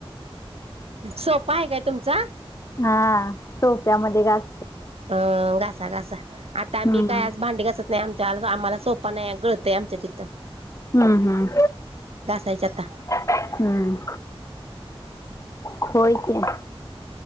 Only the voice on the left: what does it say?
हा सोप्यामध्ये गास
हम्म
हम्म हम्म
हम्म. होय की.